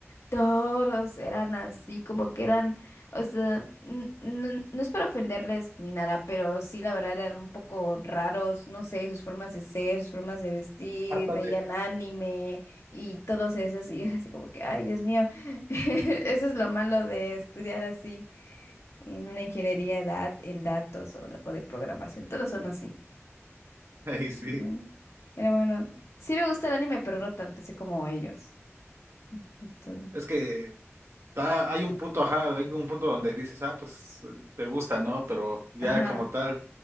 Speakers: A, on the left; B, on the right.
A: Todos eran así, como que eran, o sea, n- n- no, es para ofenderles ni nada, pero sí, la verdad eran un poco raros, no sé, sus formas de ser, sus formas de vestir,
B: Ándale.
A: veían anime y todos esos, y era así como que, ay, Dios mío, <laughs> eso es lo malo de estudiar así en una ingeniería dat- en datos o, de o de programación, todos son así,
B: Ay, sí.
A: ¿no? Pero bueno, sí me gusta el anime, pero no tanto así como ellos. Entonces,
B: Es que ah, hay un punto, ajá, hay un punto donde dices, ah, pues eh, te gusta, ¿no? Pero ya
A: ajá.
B: como tal,